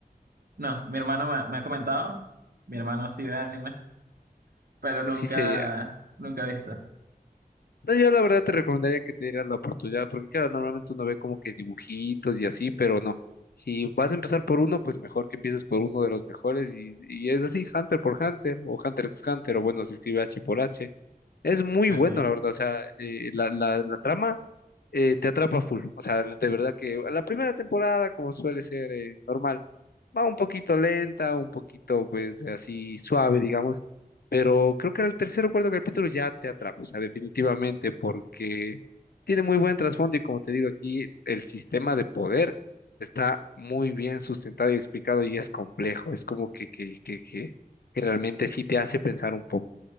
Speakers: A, on the right; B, on the left.
A: No, mi hermano me, me ha comentado, mi hermano sí ve anime, pero nunca,
B: Así sería.
A: nunca ha visto.
B: No, yo la verdad te recomendaría que te dieras la oportunidad, porque claro, normalmente uno ve como que dibujitos y así, pero no. Si vas a empezar por uno, pues mejor que empieces por uno de los mejores y, y es así, Hunter por Hunter o Hunter x Hunter o bueno, se escribe H por H. Es muy
A: Ok,
B: bueno,
A: ok,
B: la verdad. O sea, eh, la, la- la trama eh, te atrapa full. O sea, de verdad que la primera temporada, como suele ser eh, normal, va un poquito lenta, un poquito, pues, así suave, digamos. Pero creo que al tercer o cuarto capítulo ya te atrapa. O sea, definitivamente, porque tiene muy buen trasfondo y como te digo aquí, el sistema de poder está muy bien sustentado y explicado y es complejo. Es como que, que, que, que, que realmente sí te hace pensar un poco.